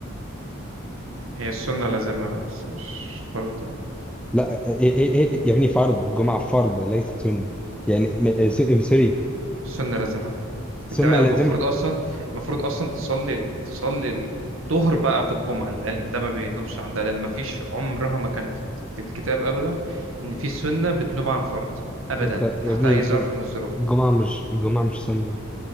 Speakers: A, on the right; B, in the centre.
A: هي السنة لازمها بس مش فرض يعني.
B: لا إيه إيه إيه إيه، يا ابني فرض الجمعة فرض ليست سنة يعني م- إيه، س- إيه، سوري
A: السنة لازمها
B: سنة
A: انت المفروض
B: لازم
A: اصلا المفروض اصلا تصلي تصلي الظهر بعد الجمعه العلم ده ما بينوبش عن ده لان ما فيش عمرها ما كان في في الكتاب ابدا ان في سنه بتنوب عن فرض ابدا
B: انت يا
A: تحت
B: ابني
A: اي ظرف
B: إيه،
A: من الظروف
B: الجمعة مش الجمعة مش سنة